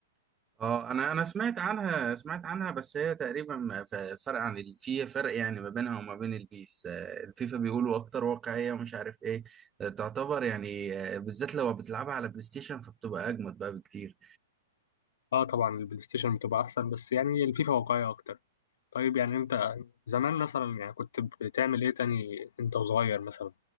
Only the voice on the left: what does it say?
اه طبعا البلاي ستيشن بتبقى احسن بس يعني الفيفا واقعيه اكتر طيب يعني انت زمان مثلا يعني كنت بتعمل ايه تاني انت وصغير مثلا